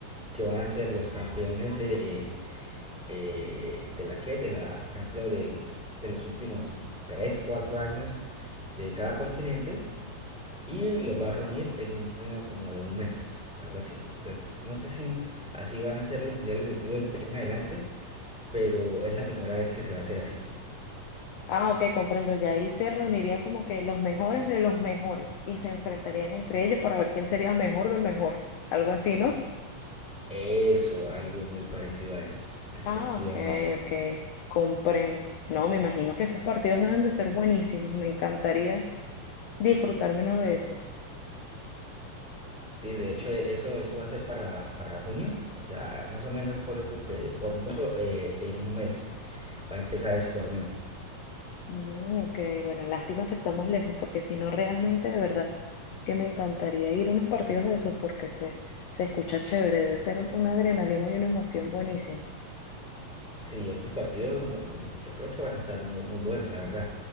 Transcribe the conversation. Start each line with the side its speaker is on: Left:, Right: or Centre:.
Centre: que van a ser los campeones de, eh, de la que, de la, por ejemplo, de, de los últimos 3 4 años de cada continente, y los va a reunir en un torneo como de un mes, algo así. O sea, es- no sé si así van a ser los mundiales de clubes de en adelante, pero es la primera vez que se va a hacer así.
Left: Ah, ok, comprendo ya. Ahí se reunirían como que los mejores de los mejores y se enfrentarían entre ellos para ver quién sería el mejor del mejor. Algo así, ¿no?
Centre: Eso, algo muy parecido a eso, efectivamente.
Left: Ah, ok, ok. Comprendo. No, me imagino que esos partidos deben de ser buenísimos. Me encantaría disfrutarme uno de esos.
Centre: Sí, de hecho eh, eso, eso va a ser para, para junio, o sea, más o menos ponle tú que por mucho eh, en un mes va a empezar ese torneo.
Left: Mm, ok, bueno, lástima que estamos lejos porque si no, realmente de verdad que me encantaría ir a unos partidos de esos porque se, se escucha chévere. Debe ser una adrenalina y una emoción buenísima.
Centre: Sí, esos partidos va- pues, yo creo que van a estar muy, muy buenos, la verdad,